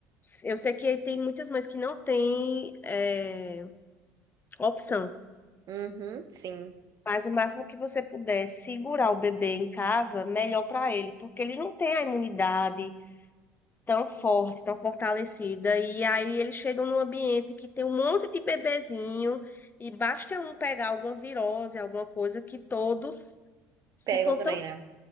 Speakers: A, on the left (about 25°); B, on the right (about 50°).
A: eu sei que tem muitas mães que não têm é, opção,
B: Uhum, sim.
A: mas o máximo que você puder segurar o bebê em casa, melhor para ele, porque ele não tem a imunidade tão forte, tão fortalecida, e aí eles chegam num ambiente que tem um monte de bebezinho, e basta um pegar alguma virose, alguma coisa, que todos se
B: Pegam
A: contam
B: também, né?